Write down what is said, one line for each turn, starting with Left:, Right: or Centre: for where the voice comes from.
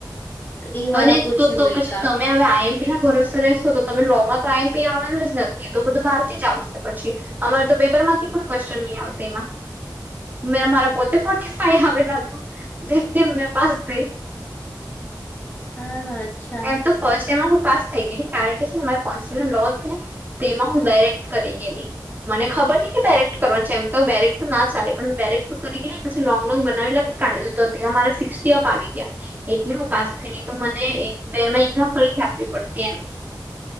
Left: એ વાળા
Right: અને
Left: પૂછે
Right: તો તો
Left: મેકા
Right: પછી તમે હવે આઈએમપી ના ભરોસા રહેશો તો તમે લોમાં તો આઈએમપી આવેલ જ નથી તો બધું બાર થી જ આવશે પછી અમાર તો પેપર માંથી પણ ક્વેશ્ચન નઈ આવતા એમાં. મે મારા પોતે ફોર્ટી ફાઈ આવેલા હતા, જેમ તેમ મેં પાસ થઈ.
Left: હા હા અચ્છા
Right: એમ તો ફર્સ્ટ એમમાં હું પાસ થઈ ગઈ કારણ કે છેને મારે કોસ્ટ્યુશન લો તુ ને તેમાં હું બેરેક્ટ કરી ગેલી. મને ખબર ની કે બેરેક્ટ કરવાનું છે એમ તો બેરેક્ટ ના ચાલે પણ મે બેરેક્ટ તો કરીને પછી લોંગ લોંગ બનાવી લખે. કાઢી દ મારા સિક્ટી અપ આવી ગીયા એટલે હું પાસ થઈ ન તો મને બે મહિ ફરીથી આપવી પડતી એમ.